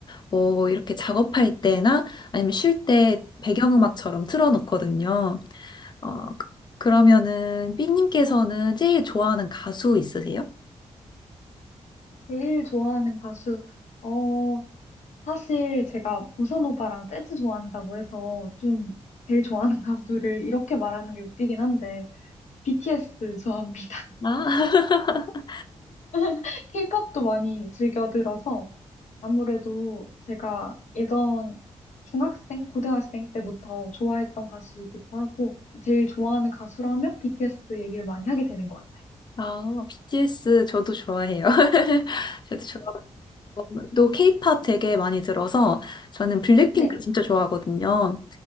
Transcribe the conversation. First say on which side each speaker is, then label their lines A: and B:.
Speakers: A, on the left (about 35°); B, on the left (about 70°).
A: 뭐 이렇게 작업할 때나 아니면 쉴 때 배경음악처럼 틀어놓거든요. 어, 그- 그러면은 삐님께서는 제일 좋아하는 가수 있으세요?
B: 제일 좋아하는 가수, 어, 사실 제가 보사노바랑 재즈 좋아한다고 해서 좀 제일 좋아하는 <laughs> 가수를 이렇게 말하는 게 웃기긴 한데, BTS 좋아합니다.
A: 아, <laughs>
B: <laughs> 케이팝도 많이 즐겨 들어서 아무래도 제가 예전 중학생, 고등학생 때부터 좋아했던 가수이기도 하고, 제일 좋아하는 가수라면 BTS 얘기를 많이 하게 되는 것 같아요.
A: 아, BTS 저도 좋아해요. <laughs> 저도 좋아하고 또 K-pop 되게 많이 들어서 저는 블랙핑크
B: 네.
A: 진짜 좋아하거든요.